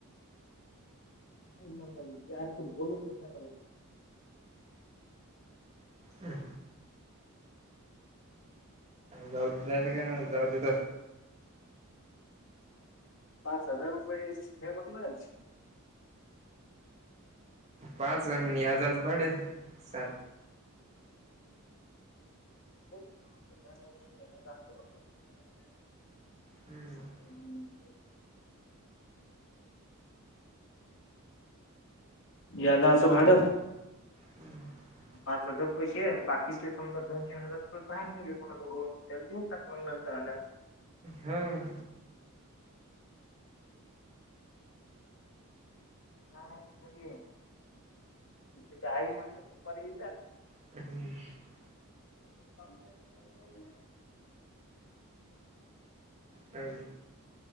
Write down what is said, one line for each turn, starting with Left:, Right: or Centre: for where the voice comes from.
Left: नाही म लाी त बोलतो का
Right: हम्म जाऊ देत नाही का जाऊ देत
Left: पाच हजार रुपये घे म्हटलं
Right: पाच आणि आज आज भाडे सात
Left: <inaudible>
Right: हम्म
Left: यादा असं भाड
Right: हम <inaudible>
Left: पाच हजार रुपये घे बाकीचे समजा दोन तीन हजार रुपये पाहाय घे कोणा त्याला देऊन टाक. मग नंतर आल्यावर.
Right: हां
Left: का घरी आहे. त आई मास तेपर तर
Right: ह् <inaudible>
Left: <inaudible>
Right: काय बी